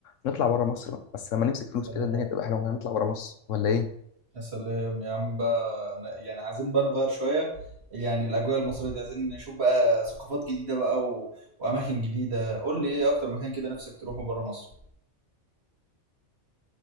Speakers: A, on the left; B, on the right.
A: نطلع بره مصر بقى بس لما نمسك فلوس
B: سلام
A: كده الدنيا تبقى حلوه معانا نطلع بره مصر ولا ايه
B: يا سلام يا عم بقى ن- يعني عايزين بقى نغير شوية يعني الأجواء المصرية دي عايزين نشوف بقى ثقافات جديدة بقى و... وأماكن جديدة قول لي إيه أكتر مكان كده نفسك تروحه بره مصر